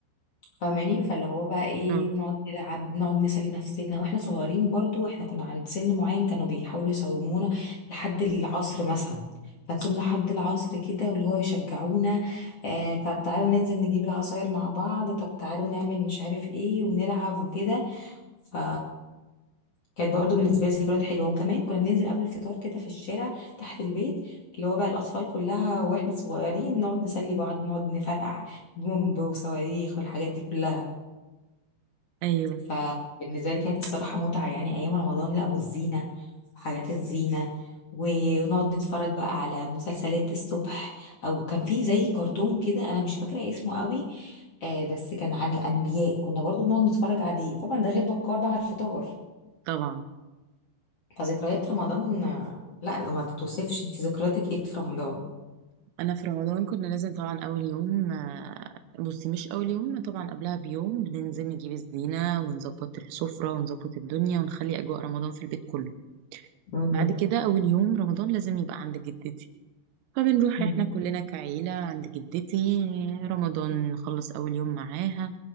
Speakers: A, on the left; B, on the right.
A: فاهماني فاللي هو بقى ايه
B: اه
A: بنقعد نلعب بنقعد نسلي نفسنا واحنا صغيرين برضو احنا كنا عند سن معين كانوا بيحاولوا يصومونا لحد العصر مثلا فنصوم لحد العصر كده واللي هو يشجعونا آه طب تعالوا ننزل نجيب العصاير مع بعض طب تعالوا نعمل مش عارف ايه ونلعب وكده ف كانت برضه بالنسبه لي ذكريات حلوه وكمان كنا بننزل قبل الفطار كده في الشارع تحت البيت اللي هو بقى الاطفال كلها واحنا صغيرين نقعد نسلي بعض نقعد نفرقع بومب وصواريخ والحاجات دي كلها
B: ايوه
A: فبالنسبه لي كانت الصراحه متعه يعني ايام رمضان لا والزينه حاجات الزينه ونقعد نتفرج بقى على مسلسلات الصبح او كان في زي كرتون كده انا مش فاكره اسمه قوي آه بس كان عن الانبياء كنا برضو بنقعد نتفرج عليه طبعا ده غير بكار بقى على الفطار
B: طبعا
A: فذكريات رمضان آه، لا ما توصفش انت ذكرياتك ايه في رمضان
B: انا في رمضان كنا لازم طبعا اول يوم آه، بصي مش اول يوم طبعا قبلها بيوم بننزل نجيب الزينه ونظبط السفره ونظبط الدنيا ونخلي اجواء رمضان في البيت كله
A: مم.
B: بعد كده اول يوم رمضان لازم يبقى عند جدتي فبنروح
A: مم.
B: احنا كلنا كعيله عند جدتي رمضان نخلص اول يوم معاها